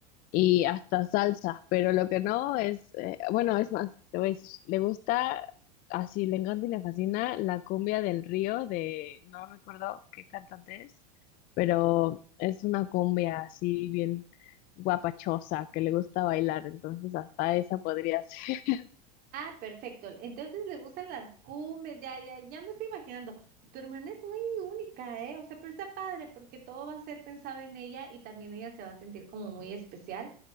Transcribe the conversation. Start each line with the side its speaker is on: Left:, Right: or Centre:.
Left: y hasta salsas, pero lo que no es, eh, bueno, es más, te voy a decir, le gusta, así le encanta y le fascina la cumbia del río de, no recuerdo qué cantante es, pero es una cumbia así bien guapachosa que le gusta bailar, entonces hasta esa podría ser. <laughs>
Right: Ah, perfecto. Entonces le gustan las cumbias, ya, ya, ya me estoy imaginando. Tu hermana es muy única, ¿eh? O sea, pero está padre porque todo va a ser pensado en ella y también ella se va a sentir como muy especial.